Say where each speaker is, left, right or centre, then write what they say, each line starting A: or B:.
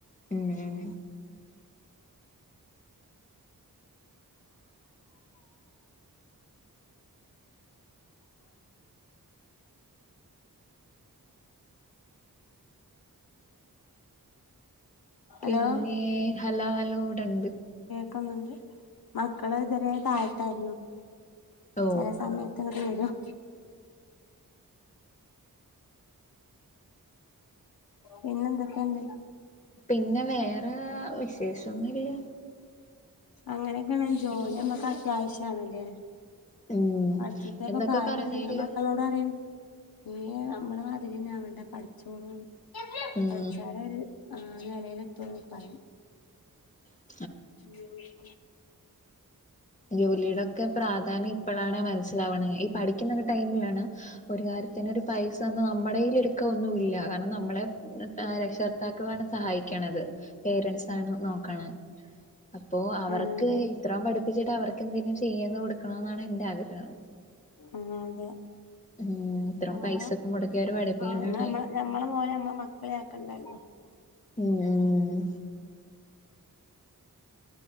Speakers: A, on the left (about 20°); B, on the left (about 75°).
A: ഉം ഉം പിന്നെ
B: ഹലോ
A: ഹലോ ഹ ലോ രണ്ട്
B: ക്ക് ന്ന്ണ്ട് മക്കള്തരെ ത ത്തായിരുന്നു.
A: ഓ
B: ചെല സമയത്ത്ങ്ങട്ട് വരും പിന്നെന്തൊക്കെയുണ്ട്?
A: പിന്നെ വേറെ വിശേഷം ഒന്നില്ല
B: അങ്ങനെയൊക്കെ വന്നാ ജോലി
A: പോണം
B: നമ്മക്ക് അത്യാവിശ്യ ആണല്ലേ?
A: ഉം
B: പഠിച്ചിട്ടാ ഇപ്പ
A: എന്തൊക്കെ
B: കാര്യളളു
A: പറഞ്ഞല്ലോ
B: ഞാൻ മക്കളോട് പറയും ഇനി നമ്മള മാതിരി തന്നെ അവണ്ട പഠിച്ചോളൂ
A: ഉം
B: പഠച്ചാലാ ഒരു ആ ഒരു നിലേല് എത്തുള്ളൂ <unintelligible> പറയും.
A: അ
B: <unintelligible>
A: ജോലിടൊക്കെ പ്രാധാന്യം ഇപ്പഴാണ് മനസ്സിലാവണേ, ഈ പഠിക്കുന്ന ഒക്കെ ടൈമിലാണ് ഒരു കാര്യത്തിന് ഒരു പൈസന്ന് നമ്മുടെ <unintelligible> <unintelligible> എടുക്കാ ഒന്നുല്ല കാരണം നമ്മളെ രക്ഷകർത്താക്കളാണ് സഹായിക്കണത്, പേരൻറ്സാണ് നോക്കണ അപ്പോ അവർക്ക്
B: ആഹ് അതെ
A: ഇത്രോ പഠി പ്പിച്ചിട്ട് അവർക്കെന്തെങ്കിലും ചെയ്ത് കൊടു ക്ണോ എന്നാണ് എന്റെ ആഗ്രഹം
B: ആഹ് അതെ
A: ഉം ഇത്ര
B: നമ്മളെ
A: പൈസൊക്കെ മുടക്കി അവര് പഠപ്പിക്കണല്ലേ
B: ആഹ് നമ്മള നമ്മ നമ്മളെ പോലെ നമ്മളെ മക്കളെ ആക്കണ്ടല്ലോ
A: ഉം ഉം